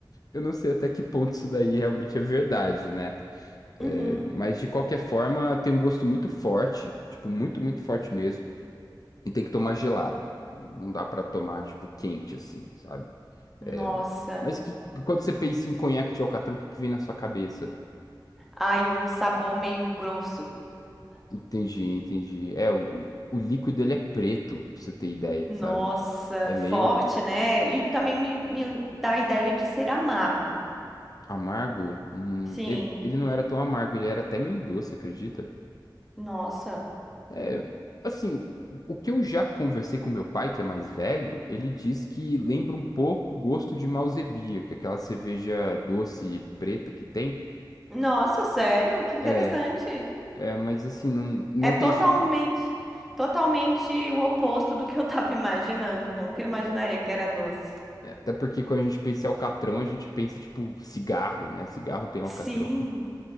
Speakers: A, on the left (about 50°); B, in the centre.
A: eu não sei até que ponto isso daí realmente é verdade, né? É,
B: Uhum.
A: mas de qualquer forma, tem um gosto muito forte, tipo, muito, muito forte mesmo, e tem que tomar gelado. Não dá pra tomar, tipo, quente assim, sabe?
B: Nossa,
A: É, mas que quando você pensa em conhaque de alcatrão, o que que vem na sua cabeça?
B: ai, um sabor meio grosso.
A: Entendi, entendi. É, o, o líquido ele é preto, pra você ter ideia,
B: Nossa,
A: sabe? É meio
B: forte, né? E também me, me dá a ideia de ser amargo.
A: amargo. Hum,
B: Sim,
A: ele, ele não era tão amargo, ele era até meio doce, acredita?
B: nossa.
A: É, assim, o o que eu já conversei com meu pai, que é mais velho, ele diz que lembra um pouco o gosto de Malzebia, que é aquela cerveja doce e preta que tem.
B: Nossa, sério? Que interessante.
A: É, é, mas assim, não, não
B: É totalmente,
A: tenho certeza.
B: totalmente o oposto do que eu tava imaginando. Nunca imaginaria que era doce.
A: É, até porque quando a gente pensa em alcatrão, a gente pensa, tipo, cigarro, né? Cigarro tem alcatrão.
B: Sim,